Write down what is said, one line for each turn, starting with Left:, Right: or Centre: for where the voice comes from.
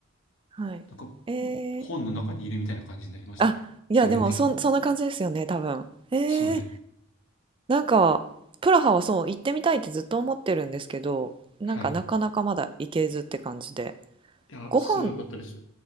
Right: はい。
Left: なんか
Right: え
Left: 本の中にいるみたいな感じになりましたね。
Right: え、あ、いやでもそんそんな感じですよね、
Left: 自分的に。
Right: 多分。ええ、
Left: それ。
Right: なんか、プラハはそう、行ってみたいってずっと思ってるんですけど、なんかなかなかまだ行けずって感じで。
Left: はい。いや、
Right: ご飯
Left: すごい良かったですよ。